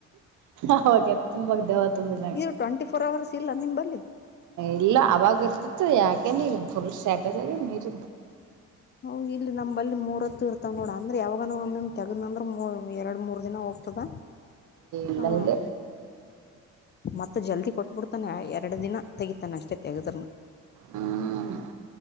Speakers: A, on the right (about 75°); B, on the left (about 35°).
A: ಅವಾಗ ತುಂಬಾಗ ದವ ತುಂಬಿದಂ
B: ಇದು ಟ್ವೆಂಟಿ ಫೋರ್ ಅವರ್ಸ್ ಇಲ್ಲ ನಿಂಬಲ್ಲಿ
A: ಇಲ್ಲ ಅವಾಗ ಇರ್ತಿತ್ತು ಯಾಕನೆ ಈಗ ಫುಲ್ ಸ್ಯಾಟಸ್ ಆಗ ನೀರ್
B: ಹ ಇಲ್ಲಿ ನಂಬಲ್ಲಿ ಮೂರ ಹತ್ತು ಇರ್ತವ್ ನೋಡ ಅಂದ್ರೆ ಯಾವಾಗ ತೆಗದ್ ಅಂದ್ರ ಎರಡ್ ಮೂರ್ ದಿನ ಹೋಗ್ತದ
A: ಇಲ್ಲ
B: ಹಾ
A: ಇಲ್ಲ
B: ಮತ್ತ ಜಲ್ದಿ ಕೊಟ್ಬಿಡ್ತಾನೆ ಎರಡು ದಿನ ತೆಗಿತಾನೆ ಅಷ್ಟೆೇ ತೆಗದ್ರನು
A: ಹ್ಮ್